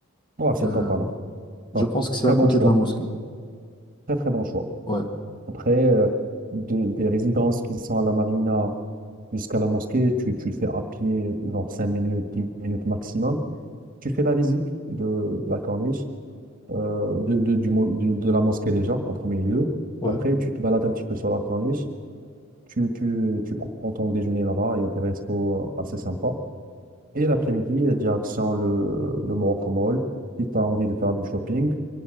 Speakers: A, on the right (about 40°); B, on the left (about 20°).
A: voilà, c'est
B: Euh,
A: top, là. Top.
B: je pense que c'est
A: Très
B: à côté
A: bon choix.
B: de la mosquée.
A: Très, très bon choix.
B: ouais
A: Après, euh, de- des résidences qui sont à la Marina jusqu'à la mosquée, tu, tu le fais à pied, genre 5 minutes, 10 minutes maximum. Tu fais la visite de, de la corniche. euh, de, de, du, mo- du- de la mosquée déjà, en premier lieu.
B: Ouais.
A: Après, tu te balades un petit peu sur la corniche, tu, tu, tu prends ton déjeuner là-bas, il y a des restos euh, assez sympas. Et l'après-midi, euh, direction le, le Morocco Mall, si tu as envie de faire du shopping.